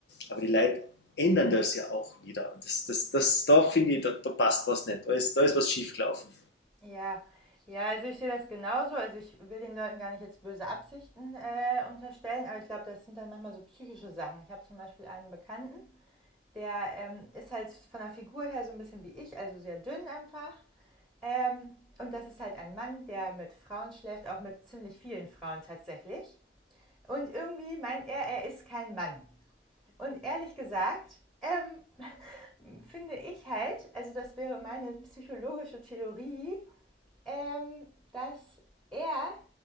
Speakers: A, on the left; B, in the centre.
A: Aber die Leute ändern das ja auch wieder. Und das, das, das, da finde ich, da, da passt was nicht. Da ist, da ist was schiefgelaufen.
B: Ja, ja, also ich sehe das genauso. Also ich will den Leuten gar nicht jetzt böse Absichten äh, unterstellen, aber ich glaube, das sind dann manchmal so psychische Sachen. Ich habe zum Beispiel einen Bekannten, der ähm, ist halt von der Figur her so ein bisschen wie ich, also sehr dünn einfach. Ähm, und das ist halt ein Mann, der mit Frauen schläft, auch mit ziemlich vielen Frauen tatsächlich. Und irgendwie meint er, er ist kein Mann. Und ehrlich gesagt, ähm, <laughs> finde ich halt, also das wäre meine psychologische Theorie, ähm, dass er,